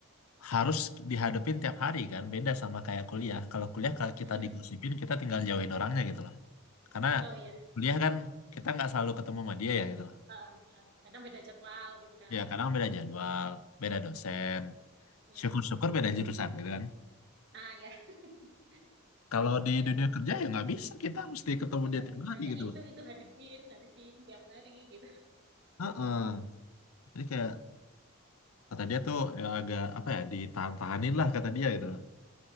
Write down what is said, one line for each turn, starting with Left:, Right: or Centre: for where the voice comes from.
Left: harus dihadapin tiap hari kan beda sama kayak kuliah kalau kuliah kalau kita
Right: hmm, hmm.
Left: digosipin kita tinggal jauhin orangnya gitu loh karena
Right: Oh iya.
Left: kuliah kan kita nggak selalu ketemu sama dia ya gitu loh
Right: Ah, ah, ah. Kadang beda jadwal gitu kan.
Left: ya kadang beda jadwal beda dosen
Right: Hmm.
Left: syukur-syukur beda jurusan gitu kan
Right: Nah ya. <laughs>
Left: kalau di
Right: Iya
Left: dunia kerja ya nggak bisa kita mesti ketemu
Right: ya
Left: dia
Right: nggak
Left: tiap
Right: bisa
Left: hari
Right: ya
Left: gitu
Right: itu
Left: loh
Right: itu hadepin hadepin tiap hari gitu
Left: Heeh. jadi kayak kata dia tuh ya agak apa ya ditahan-tahanin lah kata dia gitu loh